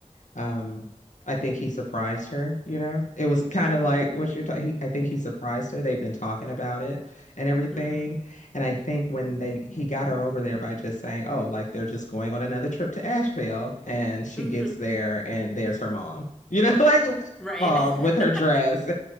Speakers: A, on the left (about 70°); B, in the centre.
A: Um, I think he surprised her, you know. It was kind
B: hmm
A: of like what you're talking. I think he surprised her. They've been talking about it and everything.
B: hmm
A: And I think when they he got her over there by just saying, "Oh, like they're just going on another trip to Asheville," and she
B: hmm
A: gets there and there's her mom. You know, <laughs> like her
B: Right.
A: mom with
B: <laughs>
A: her dress.